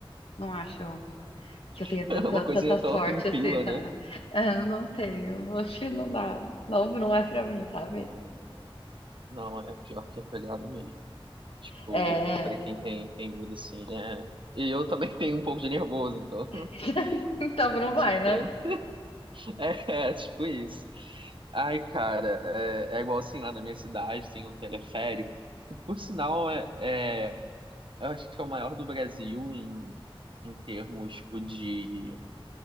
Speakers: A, on the left (about 75°); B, on the right (about 60°).
A: Não acho. que
B: <laughs>
A: eu tenha tanta,
B: Uma coisinha
A: tanta sorte
B: tão tranquila,
A: assim, sabe?
B: né?
A: É, eu não tenho, acho que não dá. Não, não é pra mim, sabe?
B: Não, é pior que é pegado mesmo. Tipo,
A: É.
B: pra quem tem, tem medo, assim, é. E eu também <laughs> tenho um pouco de nervoso, então <laughs>
A: <laughs> Então não
B: eu
A: vai,
B: te entendo.
A: né?
B: É, é, tipo isso. Ai, cara, é, é igual assim, lá na minha cidade tem um teleférico. E, Por sinal, é, é, eu acho que é o maior do Brasil em, em termos, tipo, de.